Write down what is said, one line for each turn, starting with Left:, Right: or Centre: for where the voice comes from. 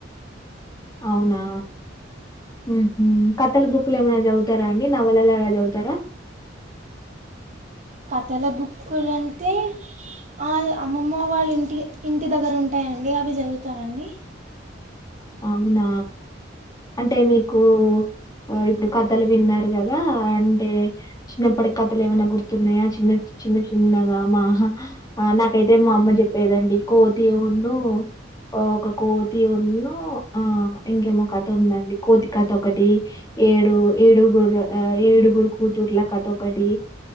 Left: ఔనా ఉమ్ కథల్ బుక్ కులు ఏమ్మాన జౌవుతారా అండి నావలలా అల జౌవుతారా
Right: కథల బుక్కులంటే అదే అమ్మమ్మ వాళ్ళ ఇంటి ఇంటి దగ్గర ఉంటాయండి అవి జాదువుతనండి
Left: ఔనా అంటే మీకు ఆ ఇప్పుడు కథలు విన్నారు కదా అంటే చిన్నప్పటి కథలేవన్నా గుర్ తున్నయ చిన్న చి చిన్న చిన్నగా మాహా నాకైతే మా అమ్మ జెప్పేదండి కోతి ఉన్ను ఆ ఒక కోతి ఊన్ను ఇంకేమో కతుందండి కోతికత ఒకటి ఏడు ఏడుగుర్ర ఆ ఏడుగురు కు ఉతుర్లా కథోకటి